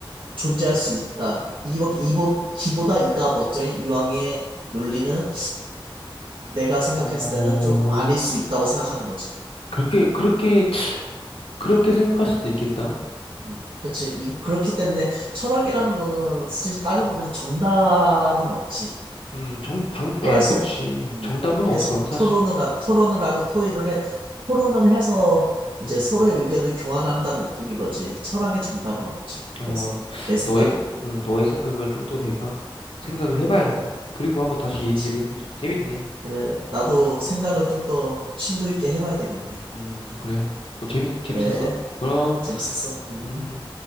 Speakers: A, on the right; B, on the left.
A: 존재할 수 있다. 이, 이보, 기보다 이가 먼저인 이왕의 논리는 내가 생각했을
B: 어,
A: 때는 좀 아닐 수 있다고 생각하는 거지.
B: 그렇게, 그렇게, 그렇게 생각할 수도 있겠다.
A: 음, 그치. 이, 그렇기 때문에 철학이라는 거는 솔직히 따져보면 정답은 없지.
B: 음, 정, 방,
A: 계속,
B: 아, 그치.
A: 음,
B: 정답은 없어,
A: 계속
B: 사실.
A: 토론을, 하, 토론을 하고 토의를 해, 토론을 해서 이제
B: 음,
A: 서로의 의견을 교환한다는 느낌인 거지. 철학의 정답은 없지. 그래서,
B: 어,
A: 내 생각엔.
B: 너의, 음, 너의 생각을 좀 더 내가 생각을 해봐야겠네. 그리고 한번 다시
A: 그치.
B: 얘기를 해보자. 재밌네.
A: 그래, 나도 생각을 좀 더 심도 있게 해봐야 되겠네.
B: 음, 그래. 그 재미, 재밌었어.
A: 그래.
B: 그럼,
A: 재밌었어. 음.
B: 음.